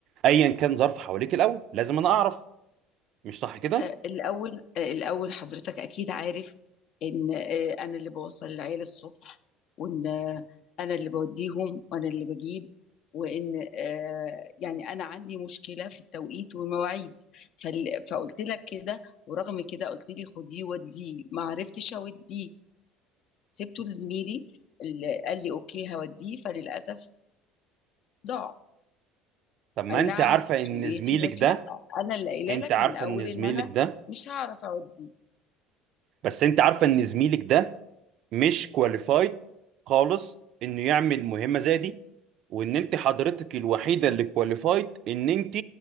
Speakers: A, on the right (about 55°); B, on the left (about 55°).
A: ايا كان ظرف حواليك الاول لازم انا اعرف مش صح كده
B: آه، الأول آه، الأول حضرتك أكيد عارف إن آه، أنا اللي بوصل العيال الصبح وإن آه، أنا اللي بوديهم وأنا اللي بجيب وإن آه، يعني أنا عندي مشكلة في التوقيت والمواعيد فال- فقلت لك كده ورغم كده قلت لي خديه وديه ما عرفتش أوديه سبته لزميلي اللي قال لي أوكي هوديه فللأسف ضاع
A: طب ما
B: أي
A: انت
B: نعم
A: عارفه
B: مسؤوليتي
A: ان زميلك
B: بس
A: ده
B: لا أنا اللي قايله
A: انت
B: لك
A: عارفه
B: من الأول
A: ان زميلك
B: إن أنا
A: ده
B: مش هعرف أوديه
A: بس انت عارفه ان زميلك ده مش كواليفايد خالص انه يعمل مهمه زي دي وان انت حضرتك الوحيده اللي كواليفايد ان انت